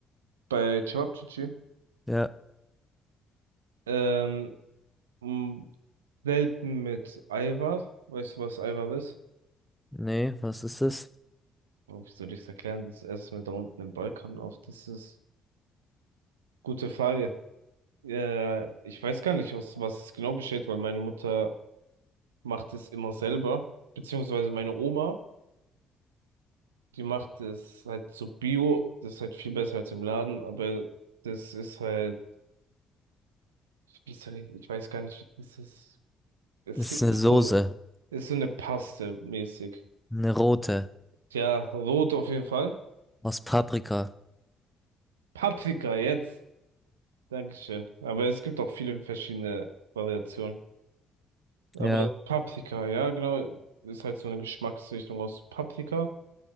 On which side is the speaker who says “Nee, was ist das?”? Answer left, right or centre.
Centre